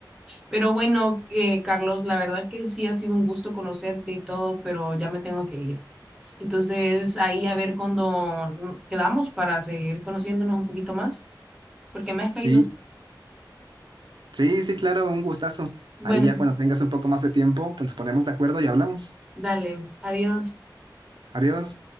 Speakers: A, in the centre; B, on the right.
A: Pero bueno, eh, Carlos, la verdad es que sí ha sido un gusto conocerte y todo, pero ya me tengo que ir. Entonces ahí a ver cuando mm, quedamos para seguir conociéndonos un poquito más, porque me has caído.
B: sí Sí, sí, claro, un gustazo.
A: Bueno,
B: Ahí ya cuando tengas un poco más de tiempo, pues nos ponemos de acuerdo y hablamos.
A: dale, adiós.
B: Adiós.